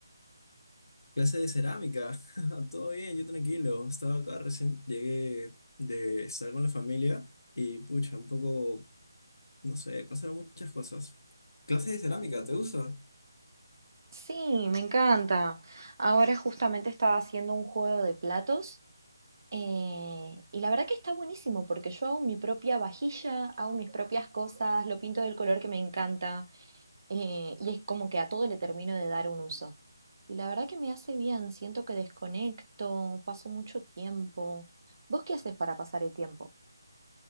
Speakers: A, on the left; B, on the right.
A: Clase de cerámica. <laughs> Todo bien, yo tranquilo. Estaba acá recién, llegué de estar con la familia y pucha, un poco, no sé, pasaron muchas cosas. Clase de cerámica, ¿te gusta?
B: Sí, me encanta. Ahora justamente estaba haciendo un juego de platos eh, y la verdad que está buenísimo porque yo hago mi propia vajilla, hago mis propias cosas, lo pinto del color que me encanta. eh, y es como que a todo le termino de dar un uso. Y la verdad que me hace bien, siento que desconecto, paso mucho tiempo. ¿Vos qué haces para pasar el tiempo?